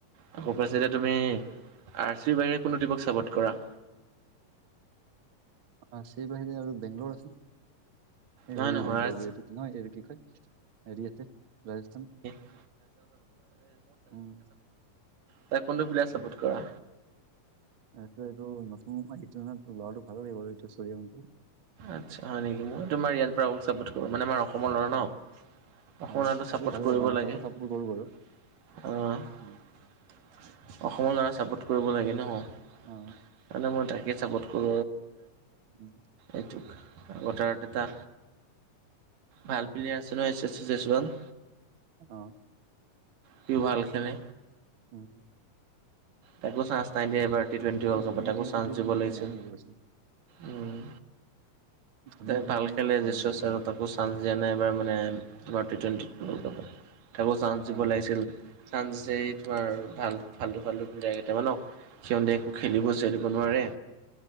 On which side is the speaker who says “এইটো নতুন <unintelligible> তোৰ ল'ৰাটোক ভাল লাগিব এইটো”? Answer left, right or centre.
Right